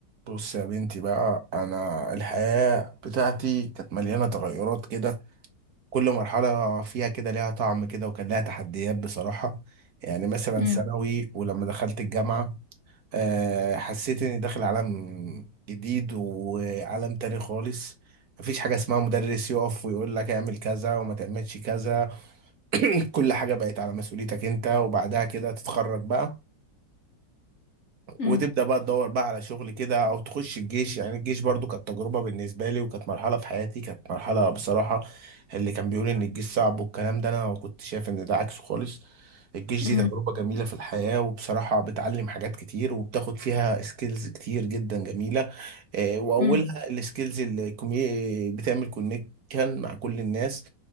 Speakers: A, on the right (about 60°); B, on the left (about 50°).
A: بص يا بنتي بقى انا الحياة بتاعتي كانت مليانة تغيرات كده كل مرحلة فيها كده ليها طعم كده وكان لها تحديات بصراحة يعني مثلا
B: مم.
A: ثانوي ولما دخلت الجامعة آه، حسيت اني داخل عالم جديد وعالم تاني خالص مفيش حاجة اسمها مدرس يقف ويقول لك اعمل كذا وما تعملش كذا <laughs> كل حاجة بقت على مسؤوليتك انت وبعدها كده تتخرج بقى
B: مم.
A: وتبدا بقى تدور بقى على شغل كده او تخش الجيش يعني الجيش برضو كانت تجربه بالنسبه لي وكانت مرحله في حياتي كانت مرحله بصراحه اللي كان بيقول ان الجيش صعب والكلام ده انا كنت شايف ان ده عكسه خالص الجيش
B: مم.
A: دي تجربه جميله في الحياه وبصراحه بتعلم حاجات كتير وبتاخد فيها سكيلز كتير جدا جميله آه، واولها
B: مم.
A: السكيلز اللي كومي- بتعمل كونكشن مع كل الناس